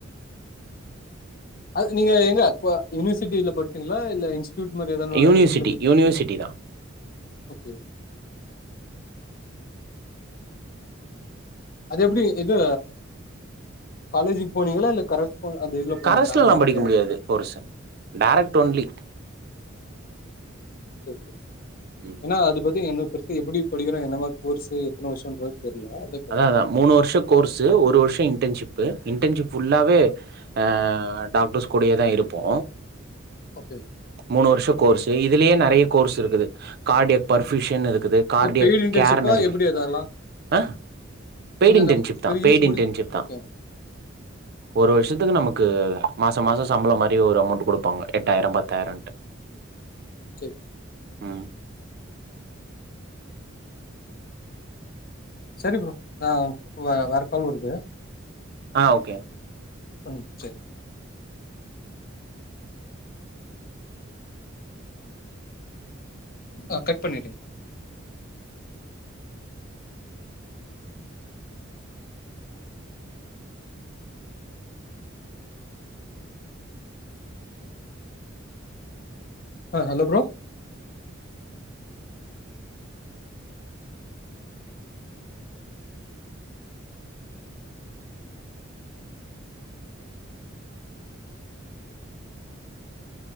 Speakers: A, on the left; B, on the right.
A: அது நீங்க எங்க இப்ப யுனிவர்சிட்டில படிச்சீங்களா இல்ல இன்ஸ் ட்யூட் மாரி எதானு அ
B: யூனிவர்சிட்டி
A: எதுல போய் படிச்சீங்
B: யூனிவர்சிட்டி தான்
A: ஓகே அது எப்டி இது காலேஜக்கு போனீங்களா இல்ல கரஸ் அந்த இதுல
B: கரஸ்லயெல்லா
A: போனீங்களா அந்த மாரி
B: படிக்க முடியாது கோர்ஸு டேரக்ட் ஓன்லி
A: ஓகே செரி
B: ம்
A: ஏனா அது பத்தி என்ன பெருசு எப்டி படிக்கிறாங்கனு என்ன மாரி கோர்ஸு எத்தன வருஷோ அப்டின்றது தெரியல அத
B: அதா அதா மூணு வருஷம் கோர்ஸு ஒரு வருஷோ இன்டர்ன்ஷிப்பு இன்டர்ன்ஷிப் ஃபுல்லாவே ஆ டாக்டர்ஸ் கூடே தா இருப்போ
A: ஓகே
B: மூணு வருஷம் கோர்ஸு இதுலயே நிறைய கோர்ஸ் இருக்குது கார்டியக் பர்ஃபயூஷன் இருக்குது கார்டியோ
A: இல்ல பெய்டு இன்டர்ன்ஷிப்பா
B: கேர்னு இருக்கு
A: எப்டி அதெல்லா
B: ஆ பெய்டு
A: நீங்க
B: இன்டர்ன்ஷிப்
A: அந்த
B: தான்
A: த்ரீ
B: பெய்டு
A: யர்ஸ் முட்ச்சு
B: இன்டர்ன்ஷிப் தான்
A: ஓகே
B: ஒரு வருஷத்துக்கு நமக்கு மாச மாசம் சம்பளம் மாரி ஒரு அமௌண்ட் கொடுப்பாங்க எட்டாயிரம் பத்தாயிரம்ட்டு
A: சேரி
B: ம்
A: செரி ப்ரோ ஆ வே வேறக்கால் வருது
B: ஆ ஓகே
A: ம் சேரி ஆ கட் பண்ணிடுங்க ஆ ஹலோ ப்ரோ